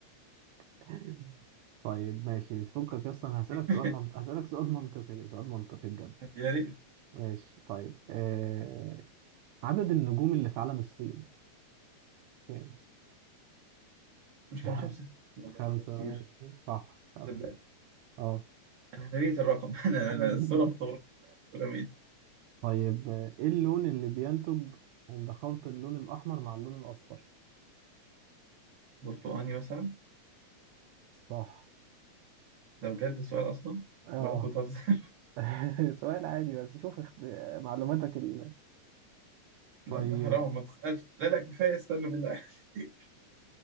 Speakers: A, on the right; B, on the right.
A: <laughs> طيب ماشي فكك أصلا هسألك
B: <laughs>
A: سؤال منط... هسألك سؤال منطقي سؤال منطقي بجد
B: يا ريت
A: ماشي طيب آه... عدد النجوم اللي في علم الصين كام؟
B: مش
A: <laughs>
B: كانوا خمسة ولا
A: خمسة
B: كانوا كتير
A: ماشي صح خمسة
B: ده بجد
A: اه
B: أنا رميت الرقم <laughs> أنا
A: <laughs>
B: أنا الصورة في فوتوغرافية رميت
A: طيب آه، ايه اللون اللي بينتج عند خلط اللون الأحمر مع اللون الأصفر؟
B: برتقاني مثلا
A: صح
B: ده بجد السؤال أصلا
A: اه
B: ولا أنت بتهزر <laughs>
A: <laughs> سؤال عادي بس شوف اخت... معلوماتك ال...
B: لا
A: طيب
B: ده حرام ما تسألش لا لا كفاية استنى بالله <laughs> عليك.